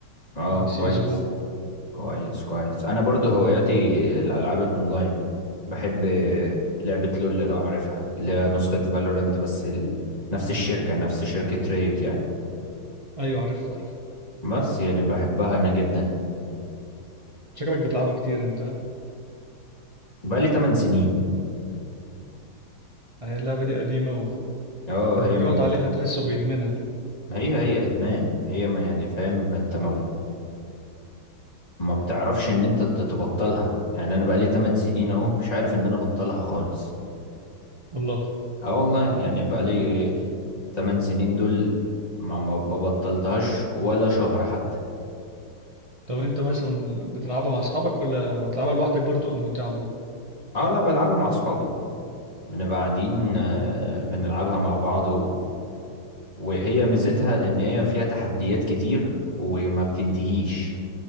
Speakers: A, on the left; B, on the right.
A: اه كويس
B: سي إس جو
A: كويس كويس أنا برضو هواياتي الألعاب الأونلاين بحب آه، لعبة لول لو عارفها اللي هي نسخة فالورنت بس ال... نفس الشركة نفس شركة ريوت يعني
B: أيوة عارف عارف
A: بس يعني بحبها أنا جدا
B: شكلك بتلعبها كتير أنت ها؟
A: بقالي 8 سنين
B: هي اللعبة دي قديمة واللي
A: اه هي
B: بيقعد
A: من
B: عليها تحسه بيدمنها كده
A: هي هي ادمان هي ما يعني فاهم انت ما بت ما بتعرفش ان انت ت- تبطلها يعني انا بقالي 8 سنين اهو مش عارف ان انا ابطلها خالص
B: والله
A: اه والله يعني بقالي 8 سنين دول ما ما ما بطلتهاش ولا شهر حتى
B: طب أنت مثلا بتلعبها مع أصحابك ولا بتلعبها لوحدك برضه أم ممتعة برضه
A: اه لا بلعبها مع اصحابي بنبقى قاعدين آه، بنلعبها مع بعض و... وهي ميزتها ان هي فيها تحديات كتير وما بتنتهيش